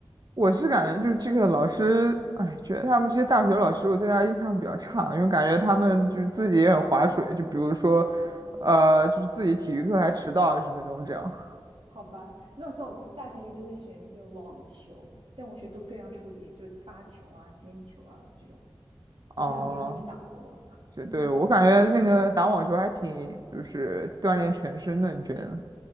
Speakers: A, on the right; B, on the right.
A: 我是感觉就是这个老师，哎，觉得他们这些大学老师，我对他印象比较差，因为感觉他们就是自己也很划水，就比如说，
B: 啊，
A: 呃，就是自己体育课还迟到二十分钟这样。<laughs>
B: 好吧，那我像我大学时候就会选那个网球，但我学都非常初级，就是发球啊、颠球啊这种，连两个人都没打过。
A: 哦，对对，
B: <laughs>
A: 我感觉那个打网球还挺就是锻炼全身的，你觉得呢